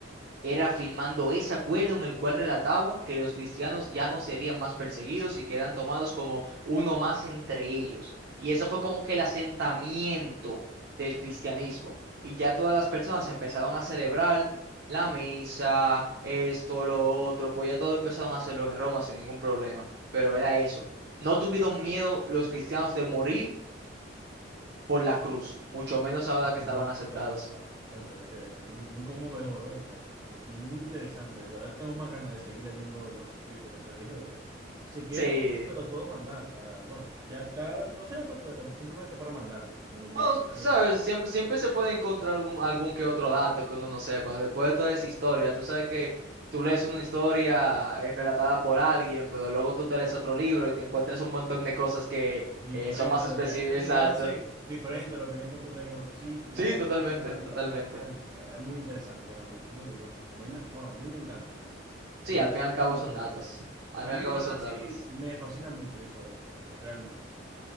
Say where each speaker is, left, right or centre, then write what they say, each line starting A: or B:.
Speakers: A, on the right; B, on the right.
A: era firmando ese acuerdo en el cual relataba que los cristianos ya no serían más perseguidos y quedan tomados como uno más entre ellos. Y eso fue como que el asentamiento del cristianismo. Y ya todas las personas empezaron a celebrar la misa, esto, lo otro, pues ya todo empezaron a hacerlo en Roma sin ningún problema. Pero era eso. No tuvieron miedo los cristianos de morir por la cruz, mucho menos ahora
B: Mi
A: que estaban
B: hermano,
A: asentados.
B: eso ahora, cónchale, que muy, muy conmovedor, oíste. Mu- Muy interesante, literal. Tengo más ganas de seguir leyendo los escritos que te dije, oíste. Si quieres,
A: Sí.
B: incluso te los puedo mandar para, bueno, ya tal vez tú lo sepas, pero simplemente para mandártelo. Me, me
A: Bueno,
B: gustaría,
A: sabes,
B: Ronald.
A: siempre, siempre se puede encontrar un- algún que otro dato que uno no sepa. Después de toda esa historia, tú sabes que tú lees una historia eh, relatada por alguien, pero luego tú te lees otro libro y te encuentras un montón de cosas que
B: Diferente
A: eh, son más
B: a
A: específicas.
B: lo que, sí, sí,
A: Exacto.
B: bueno, sí, diferente a lo que no encontraste en el otro sitio
A: Sí,
B: y así,
A: totalmente,
B: tal,
A: totalmente.
B: tal, tal. Eh, Es muy interesante realmente, muy duro. A mí me, bueno, a mí me encanta, en verdad. Me
A: Sí, al
B: gusta
A: fin y al cabo
B: mucho
A: son
B: la
A: datos.
B: historia.
A: Al
B: A
A: fin
B: mí
A: y al
B: en
A: cabo
B: verdad
A: son
B: sí
A: datos.
B: me fascina mucho la historia, eh, realmente.